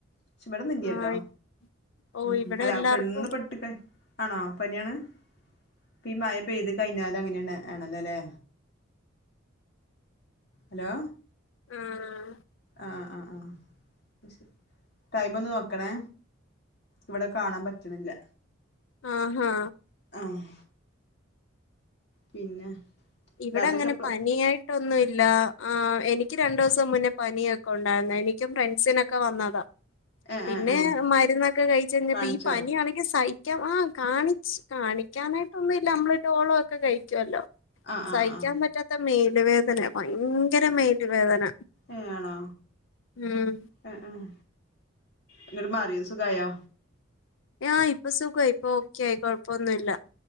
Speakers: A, on the left; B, on the left.
A: പക്ഷേ ഇവിടൊന്നില്ലട്ടോ
B: ആഹ് ഓഹ്
A: ഉം
B: ഇവിടെ
A: ഉം അല്ലപ്പെന്ന്
B: എല്ലാർക്കും
A: പെട്ട്കാ ആണോ പനിയാണ്. ഇപ്പ ഈ മഴ പെയ്ത് കഴിഞ്ഞാലങ്ങനെണ് ണല്ലോല്ലേ? ഹലോ
B: ആഹ്
A: ആഹ് ആഹ് ആഹ് ആഹ് ടൈമൊന്ന് നോക്കണേ ഇവടെ കാണാൻ പറ്റണില്ല.
B: ആഹ്
A: ആഹ് പിന്നെ?
B: ഇവിടെ
A: രാത്രിക്ക്
B: അങ്ങനെ
A: എപ്പളാ
B: പനിയായിട്ടൊന്നുല്ല ആഹ് എനിക്ക് രണ്ടൂസം മുന്നേ പനിയൊക്കെ ഉണ്ടായിരുന്ന് എനിക്കും ഫ്രണ്ട്സിനൊക്കെ വന്നതാ.
A: ഏഹ്
B: പിന്നെ
A: ഏഹ് ഏഹ്
B: മരുന്നൊക്കെ കഴിച്ചഴിഞ്ഞപ്പ
A: കാണിച്ചോ
B: ഈ പനിയാണെങ്കി സഹിക്കാം ആഹ് കാണി കാണിക്കാനായിട്ടൊന്നുല്ല നമ്മള് ഡോളോ ഒക്കെ കഴിക്കുവല്ലോ.
A: ആഹ്
B: സഹിക്കാൻ
A: ആഹ് ആഹ്
B: പറ്റാത്ത മേല് വേദന ഭയങ്കര മേല് വേദന.
A: ഏഹ് ആണോ
B: ഉം
A: ആഹ് ആഹ് എന്നിട്ട് മാറിയോ സുഖായോ?
B: ആഹ് ഇപ്പൊ സുഖായി ഇപ്പൊ ഓക്കെയി കൊഴപ്പൊന്നുല്ല.